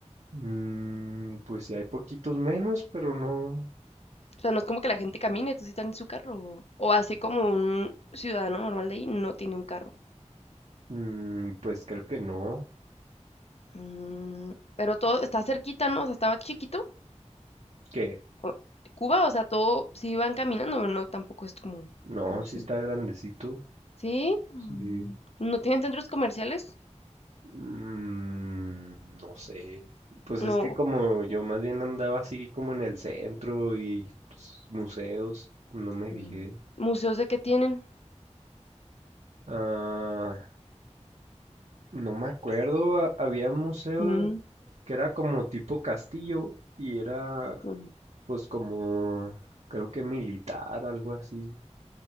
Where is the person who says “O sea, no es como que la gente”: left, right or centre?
Left